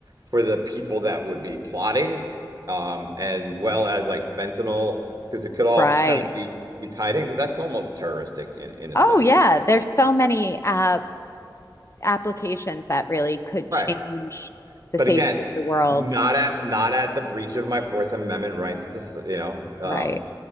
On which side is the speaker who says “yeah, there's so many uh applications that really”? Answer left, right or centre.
Left